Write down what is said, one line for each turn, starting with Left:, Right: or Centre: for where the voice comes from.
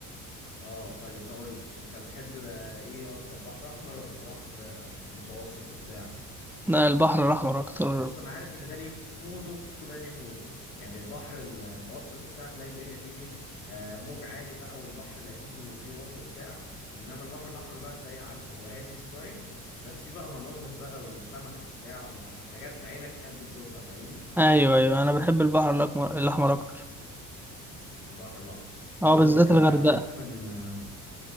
Left: اه طيب هقول لك انت بتحب آه، ايه اكتر بحر احمر ولا بحر آه، متوسط وبتاع
Centre: لا البحر الاحمر اكتر
Left: بص انا عارف ان ده ليه موده وده ليه موده يعني البحر المتوسط وبتاع تلاقي الدنيا فيه ايه آه، موج عالي بقى والبحر لذيذ وفيه روح وبتاع انما البحر الاحمر بقى تلاقيه عكسه هو هادي شويه بس فيه بقى مناظر بقى وسمك وبتاع وحاجات عينك تحب تشوفها فاهمني
Centre: ايوه ايوه انا بحب البحر الاحمر الأحمر اكتر
Left: البحر الاحمر
Centre: اه
Left: هقول
Centre: بالذات
Left: لك انا
Centre: الغردقه
Left: رحت من اه